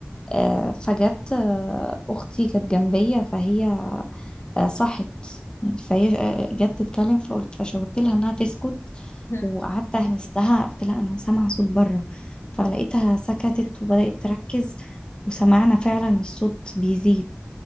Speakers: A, on the left; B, on the left.
A: آه، فجت آه، اختي كانت جنبية فهي آه، صحت يعني فهي آه، جت تتكلم فقلت فشاورت لها انها تسكت
B: ها.
A: وقعدت اهمستها قلت لها انا سامعه صوت بره فلقيتها سكتت
B: <laughs> يا
A: وبدات تركز وسمعنا فعلا الصوت بيزيد